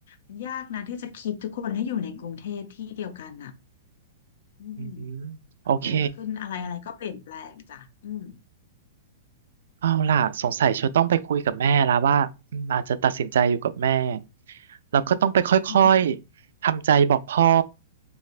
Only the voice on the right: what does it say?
อืมโอเค
เอาล่ะสงสัยเชลต้องไปคุยกับแม่แล้วว่าอืมอาจจะตัดสินใจอยู่กับแม่
แล้วก็ต้องไปค่อยๆทำใจบอกพ่อ